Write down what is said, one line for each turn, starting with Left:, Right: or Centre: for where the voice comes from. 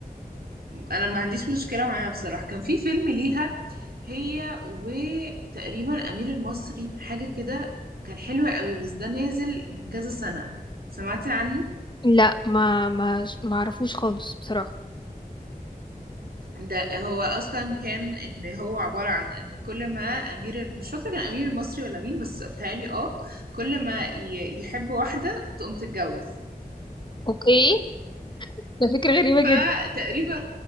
Right: انا ما عنديش مشكلة معاها بصراحة كان في فيلم ليها هي وتقريبا أمير المصري حاجة كده كان حلو قوي بس ده نازل من كذا سنة سمعتي عنه
Left: لا ما ما ما اعرفوش خالص بصراحه
Right: ده هو اصلا كان ان هو عباره عن ان كل ما امير مش فاكره كان امير المصري ولا مين بس بتهيألي اه كل ما ي- يحب واحده تقوم تتجوز
Left: اوكي ده فكره غريبه
Right: فتقريبا
Left: جدا